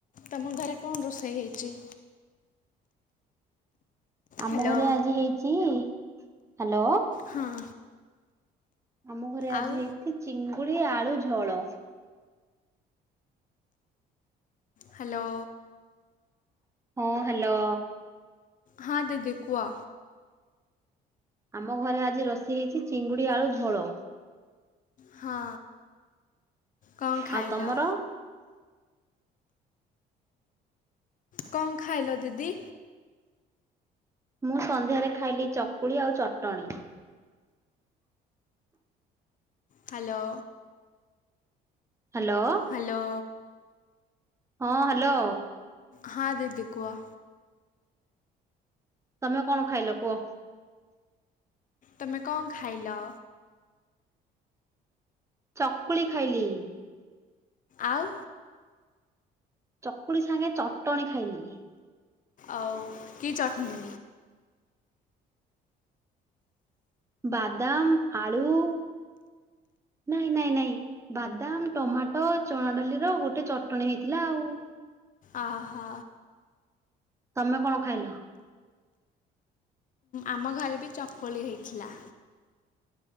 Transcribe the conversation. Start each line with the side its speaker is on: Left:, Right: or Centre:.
Left: ତମ ଘରେ କଣ ରୋଷେଇ ହେଇଚି?
Right: ଆମ
Left: ହ୍ୟାଲୋ
Right: ଘରେ ଆଜି ହେଇଚି ହ୍ୟାଲୋ।
Left: ହଁ।
Right: ଆମ ଘରେ ଆଜି
Left: ଆଉ
Right: ହେଇଛି ଚିଙ୍ଗୁଡି ଆଳୁ ଝୋଳ।
Left: ହ୍ୟାଲୋ।
Right: ହଁ ହ୍ୟାଲୋ।
Left: ହଁ ଦିଦି କୁହ।
Right: ଆମ ଘରେ ଆଜି ରୋଷେଇ ହେଇଚି ଚିଙ୍ଗୁଡି ଆଳୁ ଝୋଳ।
Left: ହଁ କଣ ଖାଇଲ?
Right: ଆଉ ତମର?
Left: କଣ ଖାଇଲ ଦିଦି?
Right: ମୁଁ ସନ୍ଧ୍ୟାରେ ଖାଇଲି ଚକୁଳି ଆଉ ଚଟଣି।
Left: ହ୍ୟାଲୋ।
Right: ହ୍ୟାଲୋ।
Left: ହ୍ୟାଲୋ।
Right: ହଁ ହ୍ୟାଲୋ।
Left: ହଁ ଦିଦି କୁହ।
Right: ତମେ କଣ ଖାଇଲ କୁଅ?
Left: ତୁମେ କ ଖାଇଲ?
Right: ଚକୁଳି ଖାଇଲି।
Left: ଆଉ।
Right: ଚକୁଳି ସାଙ୍ଗେ ଚଟଣି ଖାଇଲିି।
Left: ଆଉ କି ଚଟଣି।
Right: ବାଦାମ ଆଳୁ ନାଇଁ ନାଇଁ ନାଇଁ। ବାଦାମ ଟମାଟୋ ଚଣା ଡାଲିର ଗୋଟେ ଚଟଣି ହେଇଥିଲା ଆଉ।
Left: ଅ ହ।
Right: ତମେ କଣ ଖାଇଲ।
Left: ଆମ ଘରେ ବି ଚକୁଳି ହେଇଥିଲା।